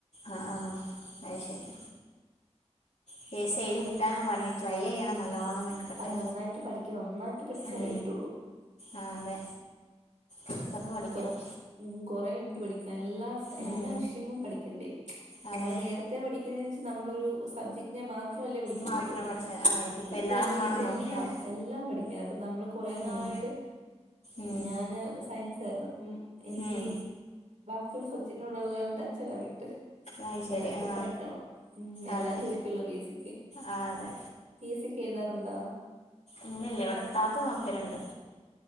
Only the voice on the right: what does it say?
അ-
അത് നന്നായിട്ട് പഠിക്കണം നന്നായിട്ട് പഠിച്ചാലേ
കിട്ടുള്ളൂ.
കൊ കൊറെണ്ട് പഠിക്കാൻ എല്ലാ സ. എല്ലാ
വിഷയങ്ങളും പഠിക്കണ്ടേ നമ്മള്
നേരത്തെ പഠിക്കുന്നേവെച്ച നമ്മളൊരു സബ്ജക്റ്റിനെ മാ. ത്രല്ലേ പഠിക്കുന്നുള്ളൂ
ഇപ്പം എല്ലാം
ഇതെല്ലാം.
എല്ലാം പഠിക്കണം അപ്പ നമ്മള് കൊറെ നാളായിട്ട്
ഞാന് സയൻസ് ആയിരുന്നു അപ്പം. എനിക്ക്
ബാക്കിയുള്ള സബ്ജറ്റിനോടുള്ള ടച്ച് എല്ലാം വിട്ട്.
ഇനി
അതൊക്കെ
പഠിക്കണം ഉം എല്ലാം
ചോദിക്കുമല്ലോ ബേസിക്കെ.
പി എസ് സി യൊക്കെ എഴുതാറുണ്ടോ?